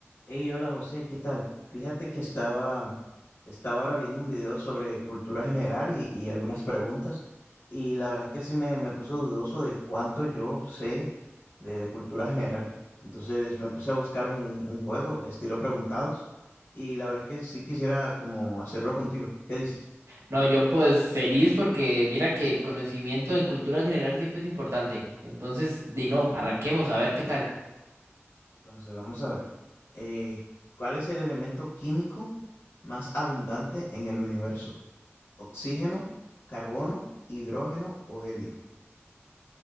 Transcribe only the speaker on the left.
Hey, hola José, ¿qué tal? Fíjate que estaba, estaba ahora viendo un video sobre cultura general y, y algunas preguntas, y la verdad es que sí me, me puso dudoso de cuánto yo sé de, de cultura general. Entonces me puse a buscar un, un juego de estilo preguntados, y la verdad es que sí quisiera como hacerlo contigo. ¿Qué dices?
Entonces vamos a ver. Eh, ¿cuál es el elemento químico más abundante en el universo? ¿Oxígeno, carbono, hidrógeno o helio?